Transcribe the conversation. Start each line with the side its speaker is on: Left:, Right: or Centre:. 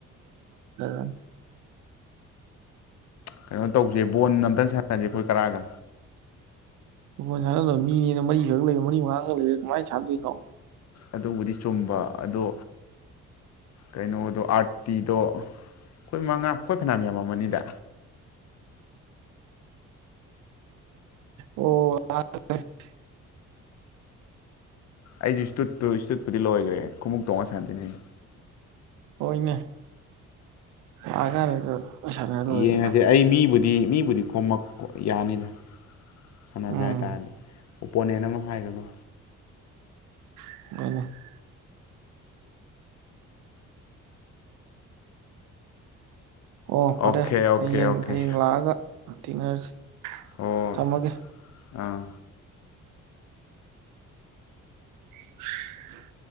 Right: <unintelligible>
Left: ꯀꯩꯅꯣ ꯇꯧꯖꯦ ꯕꯣꯟ ꯑꯝꯇꯪ ꯁꯥꯟꯅꯔꯖꯦ ꯑꯩꯈꯣꯏ ꯇꯔꯥꯒ꯫
Right: ꯐꯨꯕꯣꯜ ꯁꯥꯟꯅꯗꯧ ꯃꯤꯅꯦꯅ ꯃꯔꯤꯈꯛ ꯂꯩꯔꯦ ꯃꯔꯤꯃꯉꯥ ꯈꯛ ꯂꯩꯔꯦ ꯀꯃꯥꯏꯅ ꯁꯥꯟꯅꯗꯣꯏꯅꯣ꯫
Left: ꯑꯗꯨꯕꯨꯗꯤ ꯆꯨꯝꯕ ꯑꯗꯣ ꯀꯩꯅꯣꯗꯣ ꯑꯥꯔꯇꯤꯗꯣ ꯑꯩꯈꯣꯏ ꯃꯉꯥ ꯑꯩꯈꯣꯏ ꯐꯅꯌꯥꯝ ꯌꯥꯝꯃꯝꯃꯅꯤꯗ꯫
Right: ꯑꯣ <unintelligible>
Left: ꯑꯩꯖꯨ ꯏꯁꯇꯨꯠꯇꯨ ꯏꯁꯇꯨꯠꯄꯨꯗꯤ ꯂꯣꯏꯒ꯭ꯔꯦ ꯈꯣꯉꯨꯞ ꯇꯣꯡꯉ ꯁꯥꯟꯗꯣꯏꯅꯦ꯫
Right: ꯍꯣꯏꯅꯦ <unintelligible> ꯂꯣꯏꯔꯦꯗꯅ
Left: ꯌꯦꯡꯉꯖꯦ ꯑꯩ ꯃꯤꯕꯨꯗꯤ ꯃꯤꯕꯨꯗꯤ ꯈꯣꯝꯃꯛ ꯌꯥꯅꯤꯗ꯫ ꯁꯥꯟꯅꯖꯩ
Right: ꯎꯝ
Left: ꯍꯥꯏꯇꯥꯥꯔꯗꯤ ꯑꯣꯄꯣꯅꯦꯟ ꯑꯃ ꯍꯥꯏꯔꯒ꯫
Right: <unintelligible> ꯑꯣ ꯐꯔꯦ
Left: ꯑꯣꯀꯦ ꯑꯣꯀꯦ
Right: ꯍꯌꯦꯡ
Left: ꯑꯣꯀꯦ
Right: ꯍꯌꯦꯡ ꯂꯥꯛꯑꯒ ꯊꯦꯡꯅꯔꯁꯤ
Left: ꯍꯣꯏ
Right: ꯊꯝꯃꯒꯦ꯫
Left: ꯑꯥ
Right: <unintelligible>